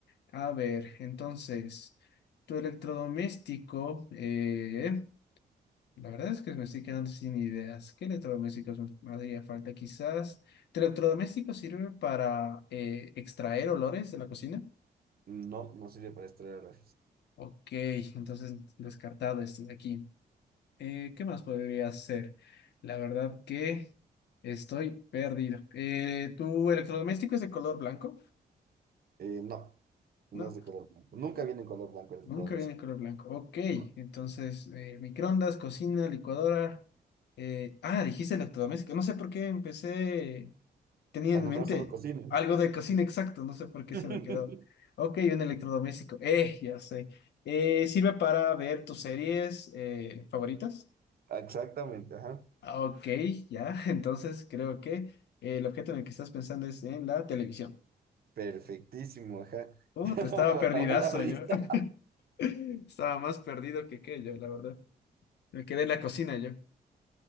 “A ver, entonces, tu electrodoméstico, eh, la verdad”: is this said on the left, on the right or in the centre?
Left